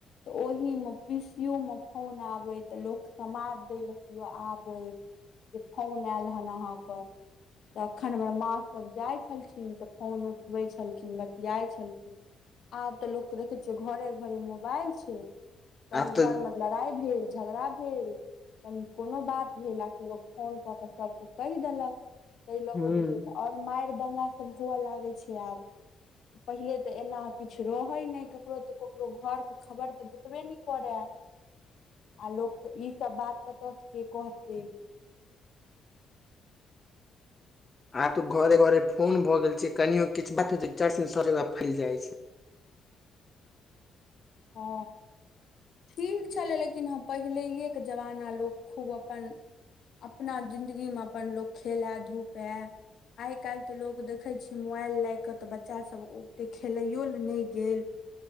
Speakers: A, on the left; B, on the left.
A: ओहि मे पीसी मे फोन आबे तऽ लोक समाद दय ल के आबे फौन आयल हेन अहाँके त अखन हमर माँ सब जाइत छलखिन तऽ फोन उठबै छलखिन बतियाइ छलखिन। आब तऽ लोकके देखै छियै घरे घरे मोबाइल छै कनि
B: आब तऽ
A: घर मे लड़ाई भेल झगड़ा भेल कनी कोनो बात भेल आ कि लोक फोन कऽ के सबके कैह देलक तैय लऽ
B: हूं
A: कऽ बुझियौ तऽ आओर मार दंगा सब हुअ लागैय छैय आब पहिले ते एना किछु रहैय नै ककरो त ककरो घर के खबर त भेटबे नै करैय। आ लोक इ सब बात कतह से के कहतैय
B: आब त घरे घरे फोन भऽ गेल छैय कनियो किछु बात होय छैय चट सन सब जगह फैल जाय छैय
A: हा ठीक छलैय लेकिन ह पहिलैयके जमाना लोक खुब अपन। अपना जिन्दगीमे अपन लोक खेलाए धुपाए। आइ काल्हि तऽ लोक देखैय छियै मोबाइल लऽ कऽ तऽ बच्चा सब ओतेक खेलैयो लऽ नै गेल।